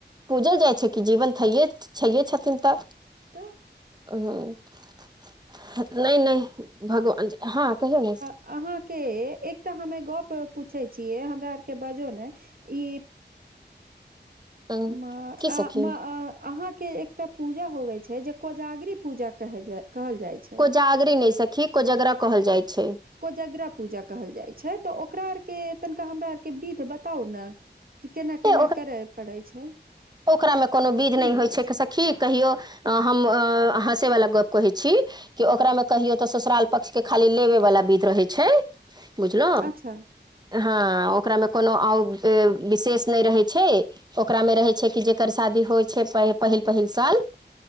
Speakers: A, on the right (about 20°); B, on the right (about 55°).
A: पूजल जाइ छै कि जीवन छैहे छैे छथिन तऽ
B: तऽ
A: हँ नहि नहि भगवान हाँ कहियौ ने
B: अहाँ के एकटा हमे गप्प पूछे छियै हमरा आर के बजो ने ई
A: अ,
B: मऽ अऽ
A: की सखी
B: अहाँ के एक एकटा पूजा होवे छै जे कोजागिरी पूजा कहल जाइ छै
A: जागरी नहि सखी कोजगरा कहल जाइत छै
B: कोजगरा पूजा कहल जाइ छै तऽ ओकरा आरके तनिका हमरा आरके विध बताउ ने की केना केना
A: ए
B: करे पड़ै छै
A: ओकरा मे कोनो बीज
B: की
A: नहि
B: होवे
A: होइ छै सखी कहियो
B: अच्छा
A: अ हम हँसे वाला गप कहै छी कि ओकरा मे कहियो तऽ ससुराल पक्ष के खाली लेबे वाला बिध रहै छै बुझलियै
B: अच्छा
A: हँ ओकरा मे कोनो आ विशेष नहि रहे छै ओकरा मे रहै छै छै कि जेकर शादी होइ छै पहिल पहिल साल